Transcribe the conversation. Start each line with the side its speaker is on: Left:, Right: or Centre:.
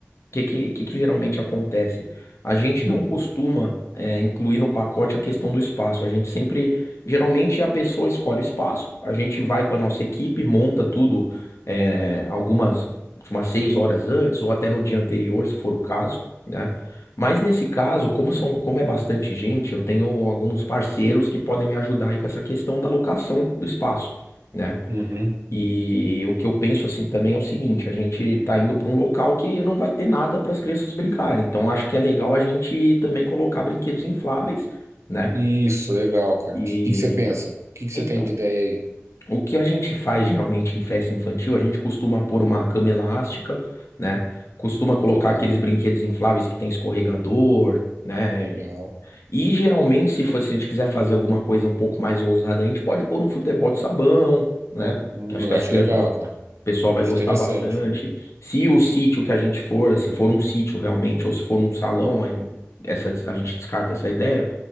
Left: que, que, que que geralmente acontece? A gente
Right: Hum,
Left: não costuma é, incluir no pacote a questão do espaço. A gente sempre, geralmente a pessoa escolhe o espaço, a gente vai com a nossa equipe, monta tudo é, algumas, tipo, umas seis horas antes ou até no dia anterior, se for o caso, né? Mas nesse caso, como são, como é bastante gente, eu tenho alguns parceiros que podem me ajudar aí com essa questão da locação do espaço. né?
Right: Uhum.
Left: E o que eu penso assim também é o seguinte, a gente tá indo para um local que não vai ter nada para as crianças brincarem. Então acho que é legal a gente também colocar brinquedos infláveis, né?
Right: Isso, legal, cara.
Left: E
Right: O que, que você pensa? O que, que você
Left: então,
Right: tem de ideia aí?
Left: o que a gente faz geralmente em festa infantil, a gente costuma pôr uma cama elástica, né? Costuma colocar
Right: Legal,
Left: aqueles brinquedos infláveis que tem escorregador, né?
Right: legal.
Left: E geralmente, se for- se a gente quiser fazer alguma coisa um pouco mais ousada, a gente pode pôr um futebol de sabão, né?
Right: Hum,
Left: Que acho
Right: eu
Left: que
Right: acho
Left: as crianças
Right: legal,
Left: vão, o
Right: cara.
Left: pessoal vai
Right: Interessante.
Left: gostar bastante. Se o sítio que a gente for, se for um sítio realmente, ou se for um salão, a gente, essa, a gente descarta essa ideia.